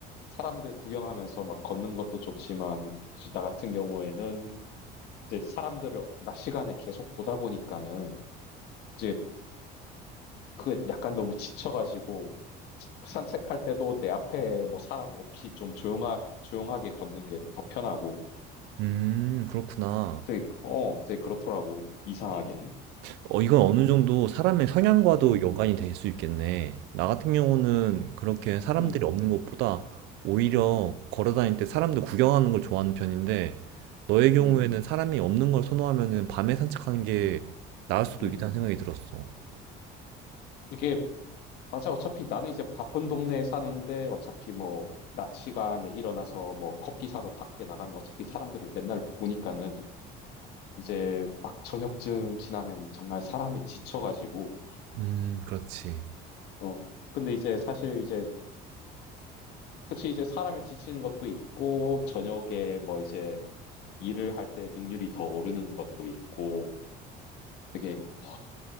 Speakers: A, on the left (about 65°); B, on the right (about 75°).
A: 사람들 구경하면서 막 걷는 것도 좋지만 이제 나 같은 경우에는 이제 사람들을 낮 시간에 계속 보다 보니까는 이제 그 약간 너무 지쳐가지고 산책할 때도 내 앞에 뭐 사람 없이 좀 조용하, 조용하게 걷는 게 더 편하고
B: 음, 그렇구나.
A: 되게 어 되게 그렇더라고 이상하게
B: 어, 이건 어느 정도 사람의 성향과도
A: 음,
B: 연관이 될 수 있겠네. 나 같은 경우는 그렇게 사람들이
A: 음,
B: 없는 것보다 오히려
A: 음,
B: 걸어 다닐 때 사람들 구경하는 걸 좋아하는 편인데, 너의 경우에는
A: 음,
B: 사람이 없는 걸 선호하면은 밤에 산책하는 게
A: 음,
B: 나을 수도
A: 음.
B: 있겠다는 생각이 들었어.
A: 이게 맞아. 어차피 나는 이제 바쁜 동네에 사는데 어차피 뭐 낮 시간에 일어나서 뭐 커피 사러 밖에 나가면 어차피 사람들을 맨날 보니까는 이제 막 저녁쯤 지나면 정말 사람이 지쳐가지고
B: 음, 그렇지.
A: 어 근데 이제 사실 이제 그치 이제 사람이 지치는 것도 있고 저녁에 뭐 이제 일을 할 때 능률이 더 오르는 것도 있고 되게 허,